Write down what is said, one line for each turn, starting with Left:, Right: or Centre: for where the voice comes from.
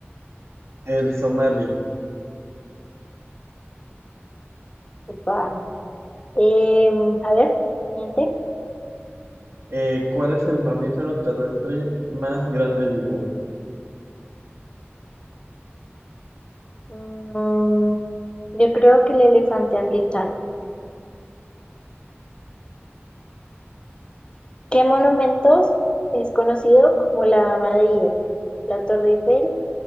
Right: el Somali.
Left: Upa. Em, a ver, siguiente.
Right: Eh, ¿cuál es el mamífero terrestre más grande vivo?
Left: Mm, yo creo que el elefante africano. ¿Qué monumentos es conocido como la Dama de Hierro? La Torre Eiffel,